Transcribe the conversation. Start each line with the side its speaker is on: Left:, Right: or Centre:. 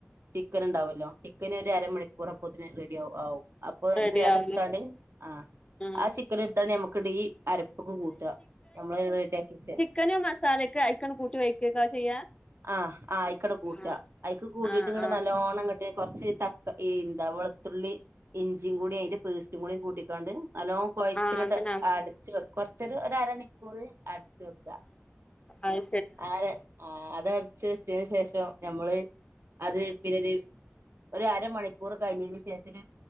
Right: ചിക്കൻ ഉണ്ടാവുല്ലോ ചിക്കന് ഒരു അരമണിക്കൂർപ്പത്തിന് റെഡി ആ ആവും. അപ്പൊ എ
Left: റെഡി
Right: അതെടുത്തണ്ട്
Left: ആവുലേ
Right: ആ
Left: ആഹ്
Right: ആ ചിക്കൻ എടുത്താണ് നമക്ക് ഈ അരപ്പ. ക്കെ കൂട്ടുക നമ്മള് റെഡി ആക്കിച്ച.
Left: ചിക്കനോ മസാലയൊക്കെ അക്കും കൂട്ടി വെക്കുക ചെയ്യാ.
Right: ആഹ് ആ അഐക്കടെ കൂട്ടാ
Left: ആഹ്
Right: അഐക്ക് കൂട്ടീട്ട്
Left: ആഹ്
Right: ഇങ്ങടെ
Left: ആഹ്
Right: നല്ലോണം അ ഇങ്ങട്ട്. കുറച്ച് തക്ക എന്താ വെളുത്തുള്ളി ഇഞ്ചിയും കൂദി അതിന്റെ പേഴ്റ്റും കൂടിും കൂട്ടിക്കാണ്ട് അല്ലോ. കൊഴച്ചങ്ങട്ട്
Left: ആഹ് അങ്ങനെ
Right: അടച്ച് കൊറച്ചൊരു ഒരമണിക്കൂറ് അടച്ച് വെക്കുക.
Left: ആയ്
Right: ആര അത അടച്ച് വെച്ചതിന് ശേഷം ഞമ്മള് അത് പിന്നെത്. ഒരു അരമണിക്കൂർ കഴിഞ്ഞതിന് ശേഷം